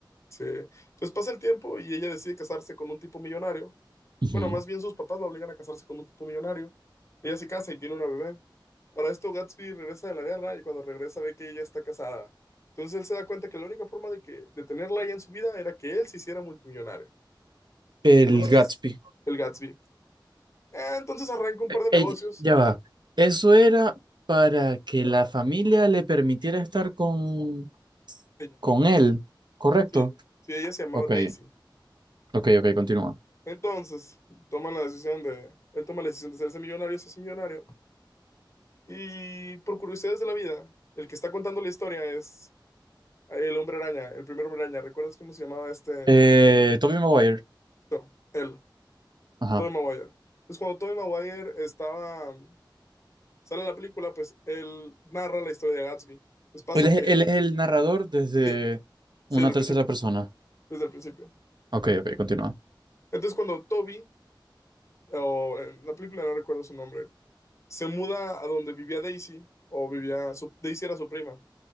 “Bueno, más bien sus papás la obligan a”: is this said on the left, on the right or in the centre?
Left